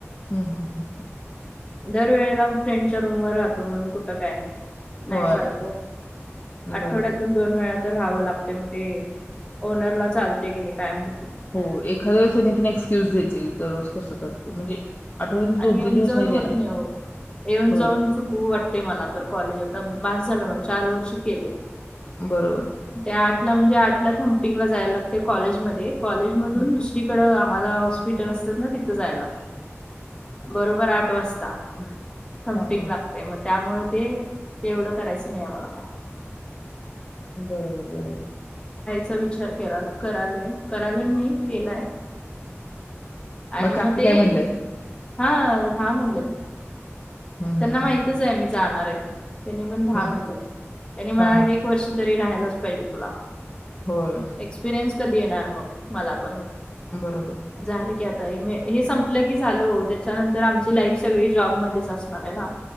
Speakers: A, on the left (about 35°); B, on the left (about 20°).
A: हम्म हम्म हम्.
B: दरवेेळेला फ्रेंडच्या रूम वर राहतो. म्हणून कुठं काय? नाही
A: होय
B: चालत हो आठवड्यातून
A: बरोबर
B: दोन वेळा- तर राहावं लागतय मग ते ओनरला चालतय की नाही काय माहि-
A: हो एखाद्या वेळेस ह्यानी पण एक्सक्युज देतील पण दररोज कसं तर म्हणजे- आठवड्यातून दोन
B: आणि येऊन
A: तीन दिवस
B: जाऊन
A: देणार
B: होत नाही हो येऊन
A: होय
B: जाऊन चुकऊ वाटतय मला तर कॉलेज आता बाास झालं मा चार वर्ष केलय.
A: बरोबर
B: त्या आठ ला म्हणजे आठ- थम्पिंगला जाय लागतय कॉलेजमध्ये- - कॉलेज मधून
A: हम्म
B: दुसरीकडं आ मला हॉस्पिटल असतात ना तिथं जाय लागतयं. बरोबर आठ वाज -- ता. थम्पिंग
A: हा हा
B: लागतयं. मग त्यामुळं ते ते एवढं करायचं नाही आम्हाला काय
A: बरोबर बरोबर.
B: त्या विचार करा करालय करालोय नाही केलाय. आणि
A: मग काकी
B: ते
A: काय म्हणल्यात?
B: हा हा म्हणल्यात.
A: हम्म
B: त्यांना
A: हम्म
B: माहितच
A: हम्म
B: आहे मी जाणार हाय. <inaudible> त्यानी पण राहा
A: हम्म
B: म्हणलंय त्यानी म्हणाला
A: हा हा
B: एक वर्ष तरी राहा यलाचं पाहिजे तुला.
A: होय.
B: एक्सपिरियन्स कधी येणार मग? मला पण
A: बरो बरोबर.
B: झालं की आता हे संपलं की झाल त्याच्यानंतर आमची लाईफ सगळी जॉबमध्येच अस -- आहे ना.